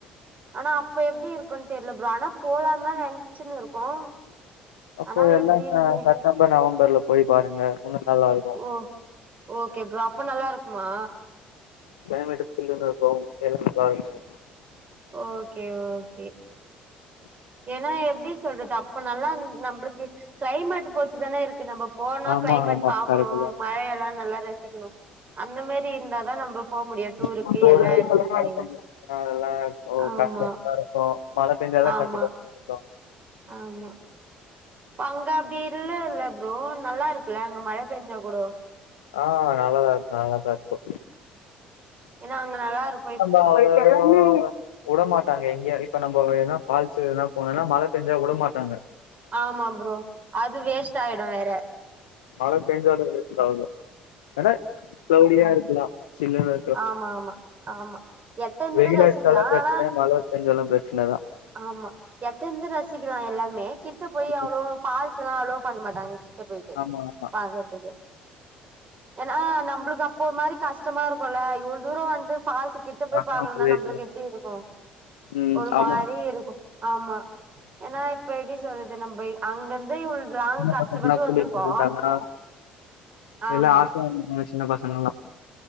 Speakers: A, on the right (about 40°); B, on the left (about 80°).
A: ஆனா அப்ப எப்டி இருக்குன்னு தெரியல ஃப்ரோ ஆனா போலான்தா நெனைச்சின்னு இருக்கோ
B: அப்போ
A: ஆனா
B: எல்லாமே
A: எப்டின்னு தெ
B: செப்டம்பர் நவம்பர்ல போய் பாருங்க இன்னு நல்லாருக்கு
A: ஓ ஓகே ஃப்ரோ அப்ப நல்லாருக்குமா
B: கிளைமேட் சில்லுனு இருக்கு எல்லா நல்லாருக்கு
A: ஓகே ஓகே ஏனா எப்டி சொல்றது அப்ப நல்லாந் நம்மளுக்கு கிளைமேட் பொறுத் துதானே இருக்கு நம்ம போனா
B: ஆமா,
A: கிளைமேட்
B: ஆமா.
A: பாக்குணு
B: கரெக்ட்டு தான்.
A: மழயெல்லா நல்லா ரசிக்குணு அந்த மேரி இருந்தாதா நம்ம முடியு டூருக்கு
B: <unintelligible>
A: எல்லா எடத்துக்குமே
B: அதெல்லா ஓ
A: ஆமா
B: கஷ்டமா இருக்கு மழ பெஞ்சால்லா
A: ஆமா
B: கசக் தா
A: ஆமா அங்க அப்டி இல்ல இல்ல ஃப்ரோ நல்லா இருக்குல்ல அங்க மழ பெஞ்சா கூடோ
B: ஆ நல்லாதாருக்கு நல்லாதாருக்கு
A: ஏனா அங்க நல்லாருக்
B: ஆ இப்ப எல்லாமே உடமாட்டாங்க எங்கியு இப்ப நம்ம எதனா ஃபால்ஸு எதனா போனுன்னா மழ பெஞ்சா வுடமாட்டாங்க
A: ஆமா ஃப்ரோ அது வேஸ்ட் ஆயிடு வேற
B: மழ பெஞ்சாலு வேஸ்ட் ஆகு ஏனா கிளவுடியா இருக்குலா சின்னவ
A: ஆமாமா ஆமா எட்ட இருந்து
B: வெயில்
A: ரசிக்கலா
B: அடிச்சாலு பிரச்சன
A: ஆனா
B: மழ பெஞ்சாலு பிரச்சனதா
A: ஆமா எட்டெருந்து ரசிக்கலா எல்லாமே கிட்ட போய் அவ்ளோவா
B: ம்
A: ஃபால்ஸ்ல்லா அலோ பண்ண மாட்டாங்க கிட்ட போயிட்டு
B: ஆமா ஆமா
A: பாக்கறதுக்கு ஏனா நம்பளுக் அப்போ ஒர் மாரி கஷ்டமாருக்குல்ல இவ்ள தூரோ வந்து ஃபால்ஸு கிட் கிட்ட போய்
B: பசங்க
A: பாக்கலனா
B: போயிட்டு
A: நம்பளுக்கு எப்டிருக்கு
B: ம்
A: ஒரு
B: ஆமா
A: மாரிருக்கு ஆமா ஏனா இப்ப எப்டி சொல்றது நம்ப அங்கந்து இவ்ள் லாங்
B: சின்ன
A: கஷ்டபட்டு
B: பசங்கலா கூட்டிட்டு
A: வந்துருக்கோ
B: வந்திருந்தாங்கன்னா
A: ஆமா
B: எல்லா <unintelligible> சின்ன பசங்கல்லா